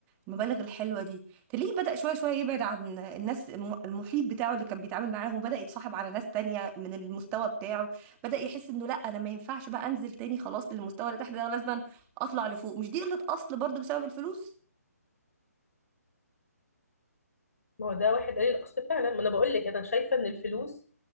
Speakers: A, on the right; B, on the left.
A: المبالغ الحلوه دي تلاقيه بدأ شويه شويه يبعد عن الناس الم- المحيط بتاعه اللي كان بيتعامل معاهم بدأ يتصاحب على ناس تانية من المستوى بتاعه بدأ يحس انه لا انا ما ينفعش بقى انزل تاني خلاص للمستوى اللي تحت ده ولازم اطلع لفوق مش دي قلة اصل برضو بسبب الفلوس
B: ما هو ده واحد قليل الاصل فعلا ما انا بقول لك انا شايفه ان الفلوس